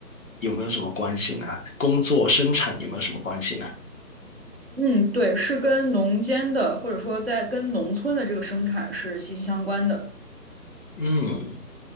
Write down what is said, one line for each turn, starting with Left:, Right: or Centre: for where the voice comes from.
Left: 有没有什么关系呢？工作生产有没有什么关系呢？
Right: 嗯，对，是跟农间的或者说在跟农村的这个生产是息息相关的。
Left: 嗯，